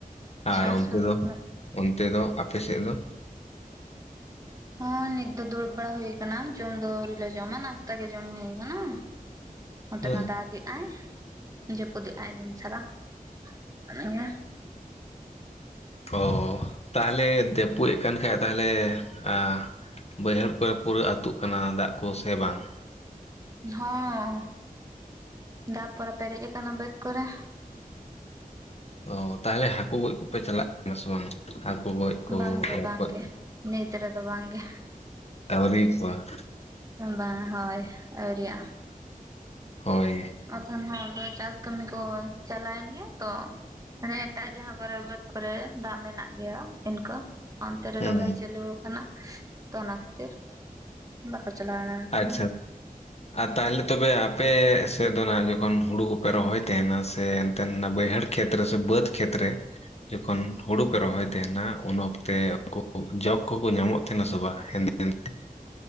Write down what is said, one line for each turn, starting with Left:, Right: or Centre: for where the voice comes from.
Left: ᱟᱨ
Right: ᱟᱪᱪᱷᱟ
Left: ᱩᱱᱛᱤ
Right: ᱟᱪᱪᱷᱟ
Left: ᱫᱚ, ᱚᱱᱛᱮ ᱫᱚ ᱟᱯᱮ ᱥᱮᱜ ᱫᱚ?
Right: ᱦᱚᱸ ᱱᱤᱛ ᱫᱚ ᱫᱩᱲᱩᱵ ᱵᱟᱲᱟ ᱦᱩᱭ ᱟᱠᱟᱱᱟ, ᱡᱚᱢ ᱫᱚ ᱟᱹᱣᱨᱤ ᱞᱮ ᱡᱚᱢᱟ ᱱᱟᱥᱛᱟ ᱜᱮ ᱡᱚᱢ ᱦᱩᱭ ᱠᱟᱱᱟ ᱾ ᱱᱚᱛᱮ
Left: ᱦᱮᱸ
Right: ᱢᱟ ᱫᱟᱜᱮᱜ ᱟᱭ ᱡᱟᱹᱯᱩᱫᱮᱜ ᱟᱭ ᱫᱤᱱ ᱥᱟᱨᱟ ᱾
Left: ᱚ ᱛᱟᱦᱞᱮ ᱫᱮᱯᱩᱭᱚᱜ <unintelligible> ᱠᱟᱱ ᱠᱷᱟᱡᱼᱼ ᱛᱟᱦᱞᱮ ᱟ, ᱵᱟᱹᱭᱦᱟᱹᱲ ᱠᱚᱨᱮ ᱯᱩᱨᱟᱹ ᱟᱹᱛᱩᱜ ᱠᱟᱱᱟ ᱫᱟᱜ ᱠᱚ ᱥᱮ ᱵᱟᱝ?
Right: ᱦᱚᱸ ᱾ ᱫᱟᱜ ᱯᱚᱨᱮ ᱯᱮᱨᱮᱡ ᱟᱠᱟᱱᱟ ᱵᱟᱹᱫᱽ ᱠᱚᱨᱮ ᱾
Left: ᱚ ᱛᱟᱦᱞᱮ ᱦᱟᱹᱠᱩ ᱜᱚᱡ ᱠᱚᱯᱮ ᱪᱟᱞᱟᱜᱼᱼ ᱦᱮᱸ ᱥᱮ ᱵᱟᱝ ᱦᱟᱹᱠᱩ ᱜᱚᱡ ᱠᱚ
Right: ᱵᱟᱝᱜᱮ
Left: ᱨᱚᱠᱚᱡᱼᱼ
Right: ᱵᱟᱝᱜᱮ ᱱᱤᱛ ᱨᱮᱫᱚ ᱵᱟᱝᱜᱮ
Left: ᱟᱹᱣᱨᱤ ᱠᱚᱣᱟ ᱼᱼ
Right: <unintelligible> ᱵᱟᱝ ᱦᱟᱭ ᱟᱹᱣᱨᱤᱭᱟᱜᱼᱟ ᱾
Left: ᱦᱚᱭ ᱾
Right: ᱟᱛᱷᱟᱱ ᱦᱚᱲ ᱫᱚ ᱪᱟᱥ ᱠᱟᱹᱢᱤ ᱠᱚ ᱪᱟᱞᱟᱭᱮᱱ ᱜᱮᱭᱟ ᱛᱚ ᱾ ᱢᱟᱱᱮ ᱮᱴᱟᱜ ᱡᱟᱦᱟᱸ ᱠᱚᱨᱮ ᱵᱟᱹᱫᱽ ᱠᱚᱨᱮ ᱫᱟᱜ ᱢᱮᱱᱟᱜ ᱜᱮᱭᱟ ᱤᱱᱠᱟ ᱾ ᱚᱱᱛᱮ ᱨᱮ
Left: ᱦᱩᱸ
Right: ᱨᱚᱦᱚᱭ ᱪᱟᱹᱞᱩ ᱟᱠᱟᱱᱟ, ᱛᱚ ᱚᱱᱟ ᱠᱷᱟᱹᱛᱤᱨᱼᱼ ᱵᱟᱠᱚ ᱪᱟᱞᱟᱣ ᱣᱟᱲᱟ ᱠᱟᱱᱟ
Left: ᱟᱪᱪᱷᱟ
Right: ᱾
Left: ᱟᱨ ᱛᱟᱦᱚᱞᱮ ᱛᱚᱵᱮ ᱟᱯᱮ ᱥᱮᱜ ᱫᱚ ᱱᱷᱟᱜ ᱡᱚᱠᱷᱚᱱ ᱦᱩᱲᱩ ᱠᱚᱯᱮ ᱨᱚᱦᱚᱭ ᱛᱟᱸᱦᱮᱱᱟ ᱥᱮᱼᱼ ᱛᱮᱱᱟ ᱵᱟᱹᱭᱦᱟᱹᱲ ᱠᱷᱮᱛ ᱨᱮ ᱥᱮ ᱵᱟᱹᱫᱽ ᱠᱷᱮᱛ ᱨᱮ ᱡᱚᱠᱷᱚᱱ ᱦᱩᱲᱩ ᱯᱮ ᱨᱚᱦᱚᱭ ᱛᱟᱸᱦᱮᱱᱟ ᱩᱱ ᱚᱠᱛᱚ ᱛᱮ ᱩᱱᱠᱩ ᱡᱚᱠ ᱠᱚᱠᱚ ᱧᱟᱢᱚᱜ ᱛᱟᱸᱦᱮᱱᱟ ᱥᱮ ᱵᱟᱝ ᱦᱮᱸᱫᱮ ᱦᱮᱸᱫᱮᱼᱼ